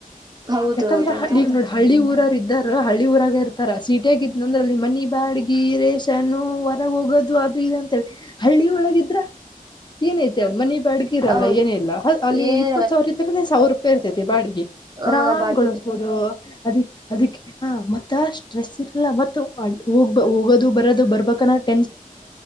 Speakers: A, on the right; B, on the left.
A: ಹೌದು
B: ಯಾಕಂದ್ರ
A: ಹೌದು ಹೌದು
B: ಹಳ್ಳ ಈಗ್ ನೋಡ ಹಳ್ಳಿ ಊರರ ಇದಾಗ. ಹಳ್ಳಿ ಊರಾಗ ಇರ್ತಾರ ಸಿಟ್ಯಾಗ್ ಇದ್ನ ಅಂದ್ರ ಅಲ್ಲಿ ಮನಿ ಬಾಡಗಿ ರೇಷನ್ ಹೊರಗೆ ಹೋಗೋದು ಅದು ಇದು. ಹಳ್ಳಿ ಒಳಗಿದ್ರ. ಏನ ಐತೆ ಹೇಳ್ ಮನಿ ಬಾಡ್ಗಿ ಇರಲ್ಲ
A: ಹೌದು
B: ಏನ ಇಲ್ಲ ಅಲ್ಲಿ
A: ಏನ್
B: ಇಪ್ಪತ್ ಸಾವಿರ ಇದರದೆ ಸಾವಿರ ರೂಪಾಯಿ ಇರ್ತೈತಿ ಬಾಡಿಗಿ.
A: ಹಾ ಬಾಡ
B: ಕಳಸ್ಬಹದು ಅದ ಅದಕೆ. ಹಾ ಮತ್ತ ಸ್ಟ್ರೆಸ್ ಇರಲ್ಲ ಮತ್ತ ಹೋಗ ಹೋಗೋದು ಬರೋದು ಬರಬೇಕು ಅನ್ನೋದ.